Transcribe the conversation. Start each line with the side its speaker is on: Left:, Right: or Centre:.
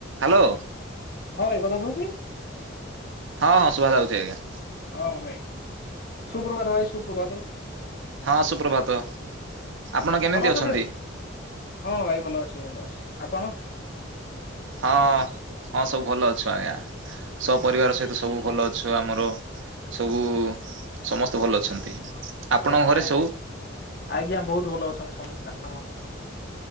Right: Hello.
Left: ହଁ ଏଇ କଥା ଶୁଭୁଛି।
Right: ହଁ ଶୁଭା ଯାଉଛି ଆଜ୍ଞା।
Left: ହଁ ଭାଇ ଶୁପ୍ରଭାତ ଭାଇ ଶୁପ୍ରଭାତ।
Right: ହଁ ସୁପ୍ରଭାତ ଆପଣ କେମିତି
Left: ଭଲ
Right: ଅଛନ୍ତି?
Left: ଭାଇ? ହଁ ଭାଇ ଭଲ ଅଛି ଭଲ ଅଛି ଆପଣ?
Right: ହଁ ହଁ ସବୁ ଭଲ ଅଛୁ ଆଜ୍ଞା ସପରିବାର
Left: ଆଜ୍ଞା
Right: ସହିତ ସବୁ ଭଲ ସବୁ ଆମର ସବୁ ସମସ୍ତେ ଭଲ ଅଛନ୍ତି। ଆପଣଙ୍କ
Left: ଆଜ୍ଞା
Right: ଘରେ
Left: ଆ
Right: ସବୁ
Left: ଆଜ୍ଞା ବହୁତ ଭଲ ଅଛନ୍ତି ସମସ୍ତ